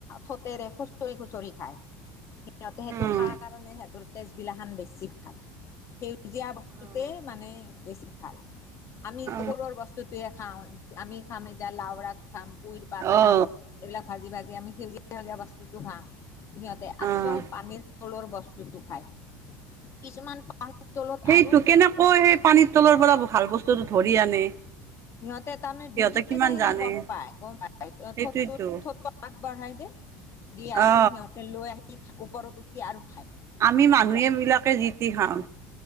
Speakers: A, on the left; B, on the right.
A: থতেৰে খুচৰি খুচৰি খায় সিহঁতে সেইটো
B: উম
A: খা কাৰণে সিহঁতৰ- তেজবিলাখান বেছি ভাল সেউজীয়া বস্তুতে
B: অঁ
A: মানে বেছি ভাল আমি
B: অ
A: ওপৰৰ বস্তুটোহে খাওঁ আমি খাম এতিয়া লাওৰা খাম কুইৰ পাত
B: অ
A: খাম এইবিলাক ভাজি ভাজি আমি সেউজীয়া সেউজীয়া বস্তুটো খাম সিহঁতে
B: অ',
A: আচল পানীৰ তলৰ বস্তুটো খাই কিছুমান পানীৰ তলত
B: সেইটো
A: আৰু
B: কেনেকৈ সেই পানীৰ তলৰ পৰা ভাল বস্তুটো ধৰি আনে
A: সিহঁতে তাৰমানে
B: সিহঁতে
A: ডুবি
B: কিমান
A: যায়
B: জানে
A: না গম পায় গম পায়
B: সেইটোৱেতো
A: থত থত আগবঢ়াই দে দি আৰু
B: অ
A: সিহঁতে লৈ আহি ওপৰত উঠি আৰু খায়।
B: আমি মানুহে
A: কিন্তু
B: বিলাকে জিতি খাওঁ